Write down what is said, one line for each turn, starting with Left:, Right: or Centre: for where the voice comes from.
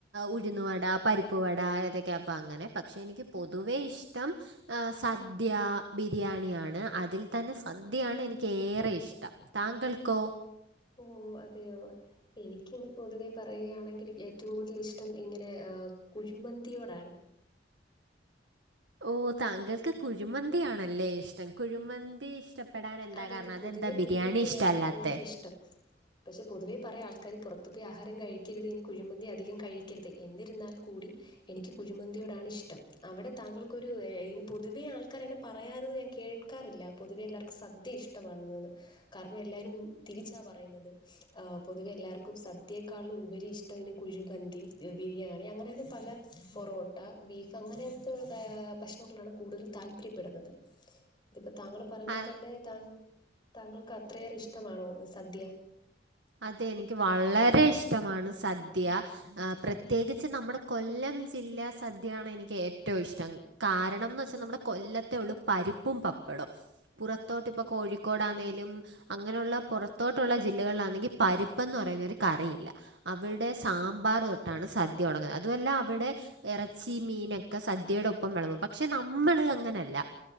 Right: ഉഴുന്നുവട പരിപ്പ്‌വട ഏതാക്കപ്പം അങ്ങനെ പക്ഷെ എനിക്ക് പൊതുവേ ഇഷ്ടം സദ്യ, ബിരിയാണിയാണ് അതിൽ തന്നെ സദ്യയാണ് എനിക്ക് ഏറെ ഇഷ്ടം. താങ്കൾക്കോ
Left: ഓ അതെയോ എനിക്കിനെ പൊതുവെ പറയുകയാണെങ്കിൽ ഏറ്റവും കൂടുതൽ ഇഷ്ടം ഇങ്ങനെ ആ കുഴിമന്തിയോടാണ്.
Right: ഓ താങ്കൾക്ക് കുഴിമന്തിയാണല്ലേ ഇഷ്ടം കുഴിമന്തി ഇഷ്ട പ്പെടാൻ എന്താ
Left: അതെ
Right: കാരണം
Left: അതെ
Right: അതെന്താ
Left: പൊതുവെ കുഴിമന്തിയാണ്
Right: ബിരിയാണി ഇഷ്ടമല്ലാത്തെ?
Left: <unintelligible> പക്ഷെ പൊതുവേ പറയാ ആൾക്കാര് പുറത്തു പോയി ആഹാരം കഴിക്കരുത് ഇങ്ങനെ കുഴിമന്തി അധികം കഴിക്കരുത് എന്നിരുന്നാൽ കൂടി എനിക്ക് കുഴിമന്തിയോടാണ് ഇഷ്ടം അവിടെ താങ്കൾക്കൊരു <unintelligible> പൊതുവേ ആൾക്കരങ്ങനെ പറയാറ് ഞാൻ കേ ക്കാറില്ല പൊതുവെ എല്ലാർക്കും സദ്യ ഇഷ്ടമാണെന്നുന് കാരണം എല്ലാരും തിരിച്ചാ പറയുന്നത്. പൊതുവെ എല്ലാർക്കും സദ്യേക്കാളും ഉപരി ഇഷ്ടം ഇങ്ങനെ കുഴിമന്തി, ബിരിയാണി, അങ്ങനെ അങ്ങനെ പല പൊറോട്ട, ബീഫ് അങ്ങനെത്തെ ആ ഭക്ഷണങ്ങളാണ് കൂടുതൽ താല്പര്യപ്പെടുന്നത്. ഇതിപ്പോ താങ്കൾ പറയുമ്പോൾ
Right: ആ
Left: തന്നെ താ താങ്കൾക്ക് അത്രയേറെ ഇഷ്ടമാണോ സദ്യ?
Right: അതെ നിക്ക് വളരെ ഇഷ്ടമാണ് സദ്യ ആ പ്രത്യേകിച്ച് നമ്മുടെ കൊല്ലം ജില്ലാ സദ്യയാണ് എനിക്ക് ഏറ്റവും ഇഷ്ടം. കാരണംന്ന് വെച്ചാൽ നമ്മുടെ കൊല്ലത്തെ ഉള്ളു പരിപ്പും പപ്പടും. പുറത്തോട്ട് ഇപ്പോ കോഴിക്കോടാന്നേലും അങ്ങനെയുള്ള പുറത്തോട്ടുള്ള ജില്ലകളിലാണെങ്കിൽ പരിപ്പ് എന്ന് പറയുന്ന ഒരു കറിയില്ല അവിടെ സാമ്പാർ തൊട്ടാണ് സദ്യ തുടങ്ങ അതുമല്ല അവിടെ ഇറച്ചി, മീനൊക്കെ സദ്യയുടെ ഒപ്പം വിളമ്പും പക്ഷെ, നമ്മള് അങ്ങനെയല്ല.